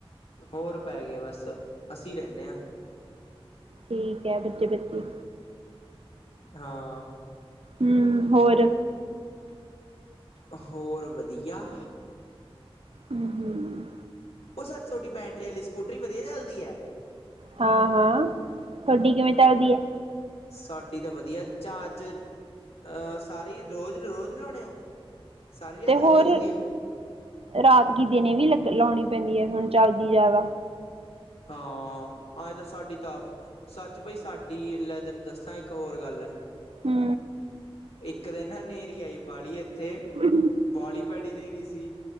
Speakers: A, on the left (about 85°); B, on the right (about 70°).
A: ਹੋਰ ਪੈ ਗਏ ਬਸ ਅਸੀਂ ਰਹਿੰਦੇ ਹਾਂ।
B: ਠੀਕ ਹੈ ਬੱਚੇ ਬੱਚੇ।
A: ਹਾਂ।
B: ਹੂੰ ਹੋਰ
A: ਹੋਰ ਵਧੀਆ
B: ਹੂੰ ਹੂੰ
A: ਓ ਸੱਚ ਸੌਡੀ ਬੈਟਰੀ ਵਾਲੀ ਸਕੂਟਰੀ ਵਧੀਆ ਚੱਲਦੀ ਏ।
B: ਹਾਂ-ਹਾਂ, ਤੁਅਡੀ ਕਿਵੇਂ ਚਲਦੀ ਆ।
A: ਸਾਡੀ ਤਾਂ ਵਧੀਆ, ਚਾਰਜ ਅਹ ਸਾਰੇ ਰੋਜ਼-ਰੋਜ਼ ਚਲਾਣੇ ੳ, ਸਾਰੀ ਰਾਤ
B: ਤੇ
A: ਲੱਗੀ
B: ਹੋਰ
A: ਰੇਂਦੀ ਆ।
B: ਰਾਤ ਕਿ ਦਿਨੇ ਵੀ ਲਗ ਲਾਉਣੀ ਪੈਂਦੀ ਐ, ਹੁਣ ਚੱਲਦੀ ਜਾਦਾ।
A: ਹਾਂ, ਅਏਂ ਤਾਂ ਸਾਡੀ ਤਾਂ ਆਪ। ਸੱਚ ਭਈ ਸਾਡੀ, ਲੈ ਤੈਨੂੰ ਦੱਸਾਂ ਇੱਕ ਹੋਰ ਗੱਲ
B: ਹੂੰ
A: ਏਕ ਦਿਨ ਹੈ ਹਨੇਰੀ ਆਈ ਬਾਲੀ ਏਥੇ
B: <inaudible>
A: ਬਾਡੀ ਭੈੜੀ ਹਨੇਰੀ ਸੀ